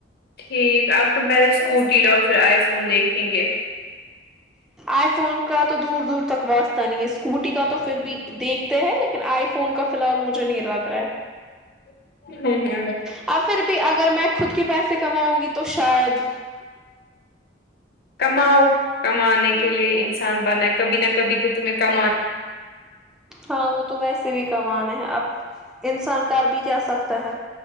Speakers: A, on the left; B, in the centre.
A: ٹھیک اب تم پہلے اسکوٹی لو اور پھر آئی فون دیکھیں گے
B: آئی فون کا تو دور دور تک واسطہ نہیں ہے اسکوٹی کا تو پھر بھی دیکھتے ہیں لیکن آئی فون کا فی لحال مجے نہیں لگ رہا ہے
A: ہوں ہوں
B: ا پھر بھی اگر میں خود کے پیسے کماؤں گی تو شاید
A: کماؤ کمانے کے لیے انسان بنا ہے کبھی نہ کبھی تو تمہیں کمان
B: ہاں وہ تو ویسے بھی کمانا ہیں اب انسان کر بھی کیا سکتا ہے